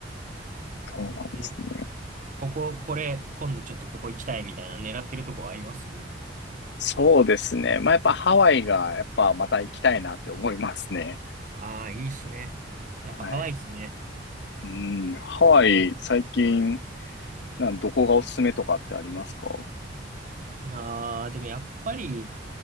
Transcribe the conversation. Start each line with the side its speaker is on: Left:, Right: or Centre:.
Left: そうなんですね。
Right: えーここ、これ、今度ちょっとここ行きたいみたいな狙ってるとこあります
Left: そうですね。まあやっぱハワイがやっぱまた行きたいなって思いますね。
Right: ああー、いいっすね。やっぱハワイっすね。
Left: はい。うん。ハワイ最近、なんどこがおすすめとかってありますか
Right: ああ、でもやっぱり、